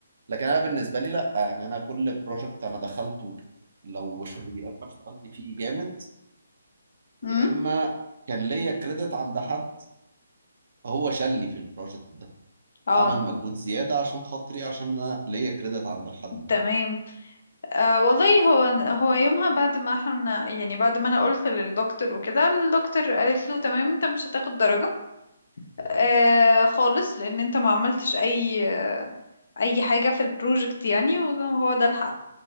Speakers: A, on the right (about 55°); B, on the left (about 55°).
A: لكن انا بالنسبة لي لا يعني انا كل بروجكت انا دخلته لو ش- يا اما اشتغلت فيه جامد
B: أمم،
A: يا اما كان ليا كريدت عند حد هو شالني في البروجكت ده
B: اه
A: وعمل مجهود زيادة عشان خاطري عشان انا ليا كريدت عند الحد ده
B: تمام آه والله هو هو يومها بعد ما احنا يعني بعد ما انا قلت للدكتور وكده الدكتور قالت له تمام انت مش هتاخد درجة آه خالص لان انت ما عملتش اي آه اي حاجة في البروجكت يعني وهو ده الحق